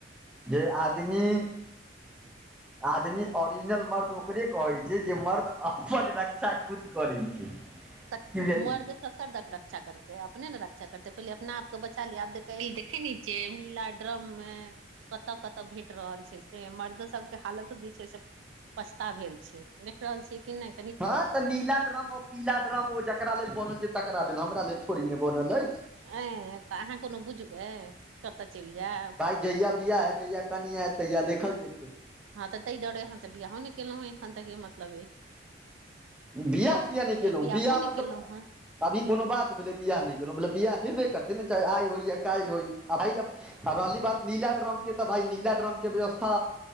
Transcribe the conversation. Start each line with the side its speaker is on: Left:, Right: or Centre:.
Centre: जे आदमी <inaudible> आदमी ओरिजिनल मर्द ओकरे कहैत छै जे मर्द अपन रक्षा खुद करै छै।
Right: तऽ
Centre: बुझलियै
Right: मर्द ककर तक रक्षा कर त अपने ने रक्षा करतै पहिले अपना आपके बचा लिया आब देख देखे न छियै नीला ड्रम मे कतऽ -कतऽ भेट रहल छै से मर्दो सबके हालत जे छै से पछता भेल छै देख रहल छीयै की नै
Centre: हँ तऽ नीला ड्रम अ पीला ड्रम ओ जकरा लेल बनल छै तकरा लेल हमरा लेल थोड़ी ने बनल अछि
Right: ए तऽ अहाँ कुनु बुझबै कत चैल जेएब
Centre: जहियआ बिआाह हेएत जहियआ कनिया ऐत तहिया देखल जेतै।
Right: हँ तऽ ताहि दुआरे यहाँ से बियाहो नै केलहुँ हं एखन तक मलब
Centre: बिआाह किए नै केलहुँ
Right: बियाहो
Centre: बिआाह
Right: नहि
Centre: मतलब
Right: केलहुँ हें
Centre: आब कुनो बात भेलै बियाह नै केलहुँ मतलब बियाह हेबे करतै ने चाहे आइ होय या काल्हि होय आ भाइब आ रहली बात नीला ड्रम के तऽ भाय नीला ड्रम के व्यवस्था।